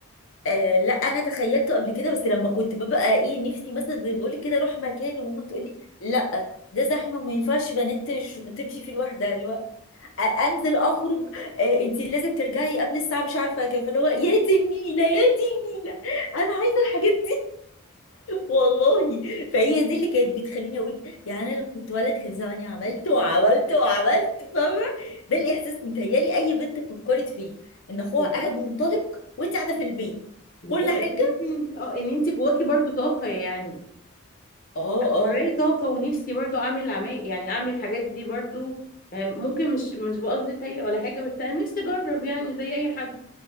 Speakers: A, on the left (about 60°); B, on the left (about 40°).
A: آه، لا انا تخيلته قبل كده بس لما كنت ببقى ايه نفسي مثلا زي ما بقولك كده اروح مكان وماما تقولي لا ده زحمه وما ينفعش بنات تش- تمشي فيه لوحدها اللي هو آه، انزل اخرج آه، انت لازم ترجعي قبل الساعه مش عارفه كام فاللي هو يا دي النيله يا دي النيله انا عايزه الحاجات والله فهي دي اللي كانت بتخليني اقول يعني انا لو كنت ولد كان زماني عملت وعملت وعملت فاهمه ده الاحساس متهيالي اي بنت فكرت فيه ان اخوها
B: بالظبط
A: قاعد منطلق وانت قاعده في البيت
B: بالظبط
A: كل حاجه
B: تحسي ان اه ان انت جواكي برضو طاقه يعني
A: اه اه
B: وراي طاقه ونفسي برضو اعمل عمال يعني اعمل الحاجات دي برضو يعني ممكن مش مش بقصد سيء ولا حاجه بس انا نفسي اجرب يعني زي اي حد